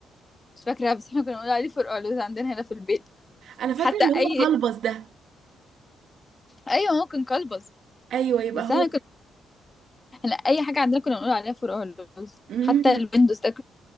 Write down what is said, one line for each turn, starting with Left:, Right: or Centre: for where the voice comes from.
Left: مش فاكراها بس احنا كنا بنقول عليه فرقعلوز عندنا هنا في البيت
Right: انا فاكره
Left: حتى
Right: اللي هو
Left: اي
Right: قلبص ده
Left: ايوه هو كان قلبز
Right: ايوه يبقى
Left: بس انا
Right: هو ده
Left: كنت احنا اي حاجه عندنا كنا بنقول عليها فرقعلوز
Right: امم
Left: حتى الويندوز ده كان